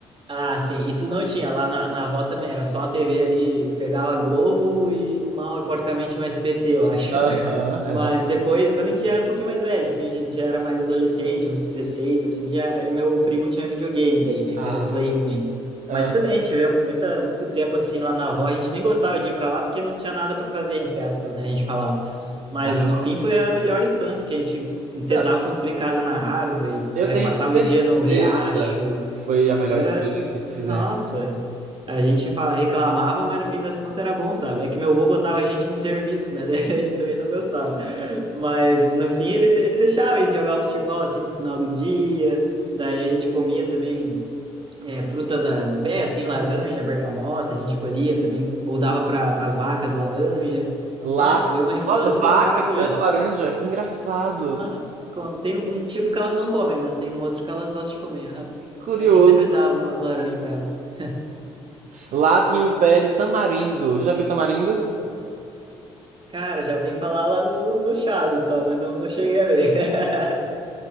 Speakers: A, on the right (about 35°); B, on the right (about 60°).
A: Ah, sim, isso não tinha. Lá na, na avó também era só a TV ali, pegava Globo e mal e porcamente um SBT, eu acho.
B: Aham,
A: <laughs> Mas
B: exatamente.
A: depois, quando a gente era um pouquinho mais velho, assim, a gente já era mais adolescente, uns 16, assim, já o meu primo tinha videogame daí, né,
B: Ah,
A: que era o Play 1 ainda.
B: ah,
A: Mas também tivemos muita, muito tempo assim lá na avó, a gente nem gostava de ir para lá porque não tinha nada para fazer, entre aspas, né, a gente falava. Mas
B: ah.
A: no fim foi a melhor infância, que a gente tentava
B: Não,
A: construir casa na árvore,
B: eu
A: eh,
B: tenho
A: passava
B: certeza
A: o dia no riacho,
B: que foi a melhor
A: era,
B: escolha que fizemos.
A: nossa, a gente fala, reclamava, mas no fim das contas era bom, sabe? É que meu avô botava a gente no serviço, né? <laughs> Daí a gente também não gostava. Mas no fim ele, ele deixava a gente jogar futebol assim no final do dia. Daí a gente comia também é, fruta da, do pé, assim, laranja, bergamota, a gente colhia também, ou dava para as vacas laranja.
B: Lá,
A: Nossa, foi uma infância
B: nossa, vaca
A: maravilhosa.
B: comendo laranja, que engraçado,
A: Aham, come. Tem um tipo que elas não comem, mas tem um outro que elas gostam de comer. aham.
B: que curioso.
A: A gente sempre dava umas laranjas para elas.
B: Lá tinha um pé de tamarindo, já viu tamarindo?
A: Cara, já vi falar lá no, no Chaves só, mas não, não cheguei a ver. <laughs>